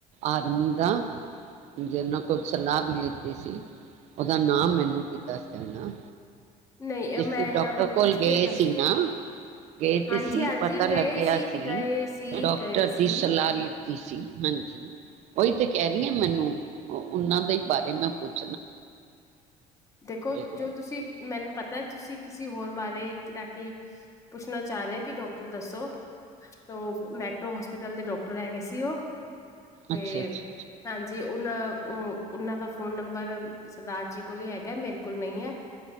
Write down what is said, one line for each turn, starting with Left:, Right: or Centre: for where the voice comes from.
Right: ਆਰਮੀ ਦਾ ਜਿਨਾਂ ਕੋਲ ਸਲਾਹ ਵੀ ਲਿੱਤੀ ਸੀ। ਉਹਦਾ ਨਾਮ ਮੈਨੂੰ ਕੀ ਦੱਸ ਦੇਣਾ।
Left: ਨਹੀਂ
Right: ਜ
Left: ਮੈਂ ਇਹਨਾਂ
Right: ਡਾਕਟਰ ਕੋਲ
Left: ਪੁੱਛ
Right: ਗਏ
Left: ਕੇ ਦੱਸ
Right: ਸੀ ਨਾ ਗਏ ਤੇ
Left: ਹਾਂਜੀ
Right: ਸੀ
Left: ਹਾਂਜੀ
Right: ਪਤਾ ਲੱਗਿਆ
Left: ਗਏ
Right: ਸੀ
Left: ਗਏ ਸੀ
Right: ਡਾਕਟਰ
Left: ਗਏ ਸੀ
Right: ਦੀ ਸਲਾਹ ਲਿੱਤੀ ਸੀ ਹਾਂਜੀ ਉਹੀ ਤੇ ਕਹਿ। ਮੈਨੂੰ ਉਹਨਾਂ ਦੇ ਬਾਰੇ ਮੈਂ ਪੁੱਛ
Left: ਦੇਖੋ
Right: ਕੋਲੋਂ
Left: ਜੋ ਤੁਸੀਂ ਮੈਨੂੰ ਪਤਾ ਤੁਸੀਂ ਕਿਸੇ ਹੋਰ ਬਾਰੇ ਕਿ ਪੁੱਛਣਾ ਚਾਹ ਰਹੇ ਹੋ ਕਿ ਡਾਕਟਰ ਦੱਸੋ ਤੇ ਮੈਟਰੋ ਹੋਸਪੀਟਲ ਦੇ ਡਾਕਟਰ ਹੈਗੇ ਸੀ ਉਹ ਤੇ
Right: ਅੱਛਾ ਅੱਛਾ
Left: ਹਾਂਜੀ ਉਹ ਉਹ ਉਹਨਾਂ ਦਾ ਫੋਨ ਨੰਬਰ ਸਰਦਾਰ ਜੀ ਕੋਲ ਹੀ ਹੈਗਾ ਮੇਰੇ ਕੋਲ ਨਹੀਂ ਹੈ